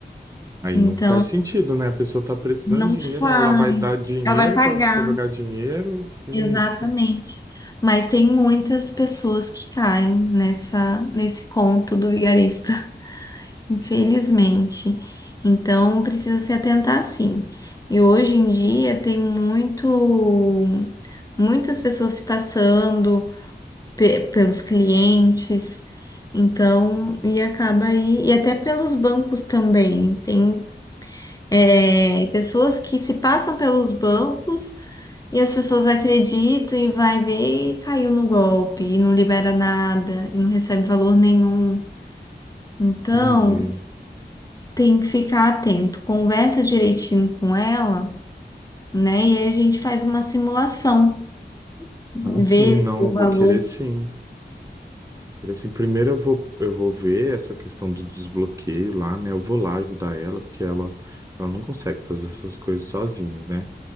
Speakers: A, on the right (about 15°); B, on the left (about 20°).
A: Aí
B: Então,
A: não faz sentido, né? A pessoa tá precisando
B: não
A: de
B: faz.
A: dinheiro, aí ela vai dar dinheiro
B: Ela vai pagar.
A: para pegar dinheiro. Vixe,
B: Exatamente. Mas tem muitas pessoas que caem nessa, nesse conto do vigarista, <laughs> infelizmente. Então precisa se atentar sim. E hoje em dia tem muito, muitas pessoas se passando pe- pelos clientes. Então, e acaba aí, e até pelos bancos também. Tem, é, pessoas que se passam pelos bancos e as pessoas acreditam e vai ver e caiu no golpe e não libera nada e não recebe valor nenhum. Então,
A: entendi.
B: tem que ficar atento, conversa direitinho com ela, né? E aí a gente faz uma simulação, vê
A: Ah, sim, não,
B: o
A: eu vou
B: valor.
A: querer sim. Vou querer sim. Primeiro eu vou, eu vou ver essa questão do desbloqueio lá, né? Eu vou lá ajudar ela, porque ela, ela não consegue fazer essas coisas sozinha, né?